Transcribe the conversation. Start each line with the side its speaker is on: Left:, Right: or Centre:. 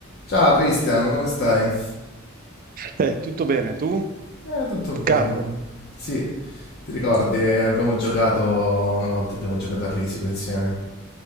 Left: Ciao Cristian, come stai?
Right: Eh, tutto bene, tu?
Left: Eh, tutto bene.
Right: Carlo.
Left: tu- Sì, ti ricordi, eh, abbiamo giocato una volta, abbiamo giocato a Risico insieme.